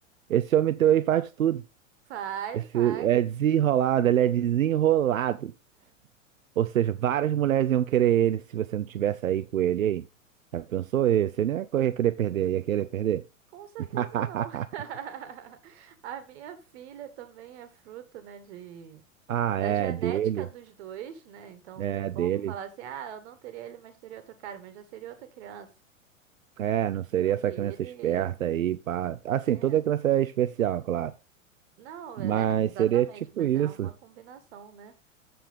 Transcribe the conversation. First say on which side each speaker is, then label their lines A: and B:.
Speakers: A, on the right; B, on the right.
A: Esse homem teu aí faz de tudo.
B: faz,
A: Esse
B: faz.
A: é desenrolado, ele é desenrolado. Ou seja, várias mulheres iam querer ele se você não tivesse aí com ele E aí. Já pensou? E Você nem ia correr- querer perder, ia querer perder.
B: Com certeza
A: <laughs>
B: não. <laughs> A minha filha também é fruto, né, de
A: Ah,
B: da
A: é
B: genética
A: dele,
B: dos dois, né? Então
A: é
B: não tem como
A: dele.
B: falar assim, ah, eu não teria ele, mas teria outro cara, mas já seria outra criança.
A: É, não
B: Entendeu?
A: seria essa
B: E
A: criança
B: ele
A: esperta aí, pá. Assim,
B: é,
A: toda criança é especial, claro.
B: não,
A: Mas
B: é, exatamente,
A: seria tipo
B: mas
A: isso.
B: é uma combinação, né?